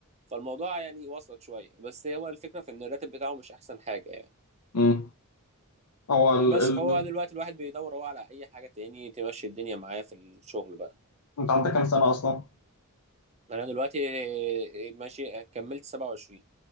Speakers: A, on the right; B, on the left.
A: فالموضوع يعني وصلت شوية بس هو الفكرة في ان الراتب بتاعه مش احسن حاجة يعني
B: امم هو ال...
A: بس
B: ال...
A: فهو بقى دلوقتي الواحد بيدور هو على اي حاجة تاني تمشي الدنيا معاه في الشغل بقى
B: انت عندك كام سنة اصلا؟
A: انا دلوقتي ماشي كملت 27